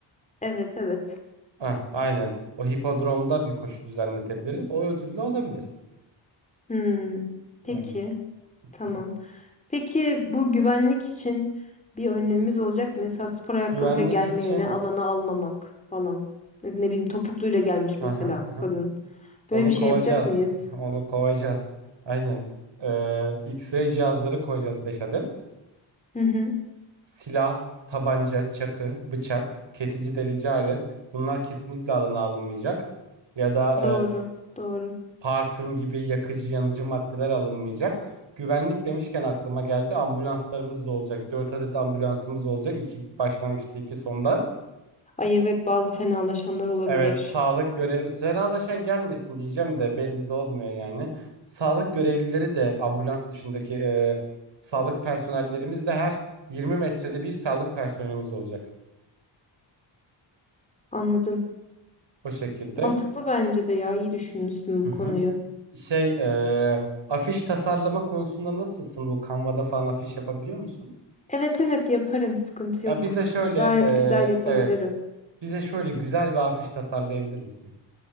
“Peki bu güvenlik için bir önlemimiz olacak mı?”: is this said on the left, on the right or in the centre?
Left